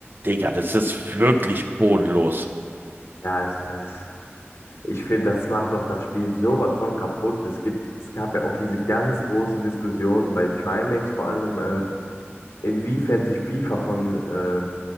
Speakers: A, on the right (about 50°); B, on the left (about 85°).
A: Digga, das ist wirklich bodenlos.
B: Ja, also das. Ich finde, das macht doch das Spiel sowas von kaputt. Es gibt, es gab ja auch diese ganz große Diskussion bei Trimax vor allem, äh, inwiefern sich FIFA von, äh,